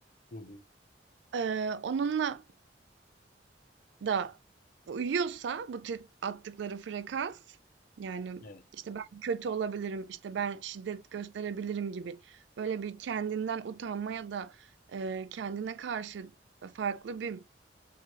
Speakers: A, on the left; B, on the right.
A: hı hı,
B: Eee, onunla Da uyuyorsa bu tip attıkları frekans, yani,
A: Evet.
B: işte, ben kötü olabilirim, işte, ben şiddet gösterebilirim gibi böyle bir kendinden utanma ya da, eee, kendine karşı farklı bir